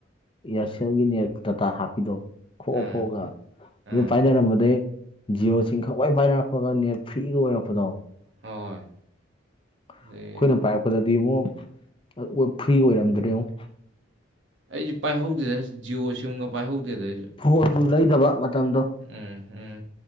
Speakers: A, on the left; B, on the right.
A: ꯏꯌꯥꯔꯁꯦꯜꯒꯤ ꯅꯦꯠ ꯗꯥꯇꯥ ꯍꯥꯞꯄꯤꯗꯣ ꯈꯣꯑ
B: ꯑꯥ
A: ꯈꯣꯑꯒ
B: ꯑꯥ
A: ꯑꯗꯨ ꯄꯥꯏꯅꯔꯝꯕꯗꯑꯩ ꯖꯤꯑꯣꯁꯤꯡ ꯈꯋꯥꯏ ꯄꯥꯏꯅꯔꯛꯄꯒ ꯅꯦꯠ ꯐ꯭ꯔꯤꯒ ꯑꯣꯏꯔꯛꯄꯗꯣ
B: ꯍꯣꯏ ꯍꯣꯏ
A: ꯑꯩꯈꯣꯏꯅ
B: ꯑꯗꯩ
A: ꯄꯥꯏꯔꯛꯄꯗꯗꯤ ꯑꯃꯨꯛ ꯐ꯭ꯔꯤ ꯑꯣꯏꯔꯝꯗ꯭ꯔꯦꯉꯛ
B: ꯑꯩꯁꯦ ꯄꯥꯏꯍꯧꯗꯦꯗ ꯖꯤꯑꯣ ꯁꯤꯝꯒ ꯄꯥꯏꯍꯧꯗꯦꯗ ꯑꯩꯁꯨ
A: ꯐꯣꯟꯗꯨ ꯂꯩꯗꯕ ꯃꯇꯝꯗꯣ
B: ꯎꯝ ꯎꯝ